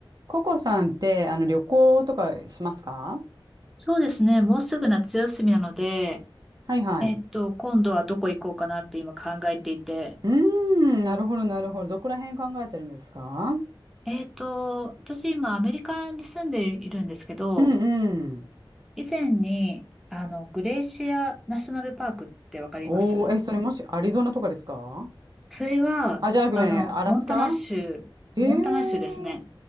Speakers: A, on the right; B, in the centre.
A: ココさんって、あの、旅行とかしますか
B: そうですね。もうすぐ夏休みなので、
A: はいはい。
B: えっと、今度はどこ行こうかなって今考えていて。
A: うーん、なるほど、なるほど。どこら辺考えてるんですか
B: えっと、私今アメリカに住んでいるんですけど、
A: うんうん。
B: 以前に、あの、グレイシアナショナルパークってわかります
A: おー、え、それもしアリゾナとかですか
B: それは、
A: あ、じゃなくね、
B: あの、
A: アラスカ
B: モンタナ州、
A: へえ、
B: モンタナ州ですね。